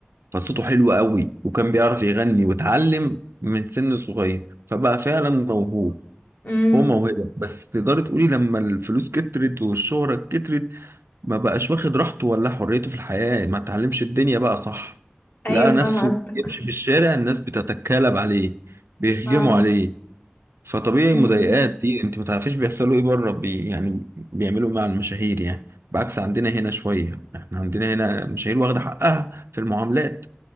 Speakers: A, on the right; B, on the left.
A: فصوته حلو قوي وكان بيعرف يغني واتعلم من سن صغير فبقى فعلا موهوب
B: امم
A: هو موهبة بس تقدري تقولي لما الفلوس كترت والشهرة كترت ما بقاش واخد راحته ولا حريته في الحياة ما تعلمش الدنيا بقى صح
B: ايوه
A: لقى
B: فاهمه
A: نفسه
B: قصدك
A: يمشي في الشارع الناس بتتكالب عليه بيهجموا
B: اه
A: عليه فطبيعي
B: امم
A: مضايقات دي انت ما تعرفيش بيحصلوا ايه بره بي يعني بيعملوا إيه مع المشاهير يعني بعكس عندنا هنا شوية احنا عندنا هنا المشاهير واخدة حقها في المعاملات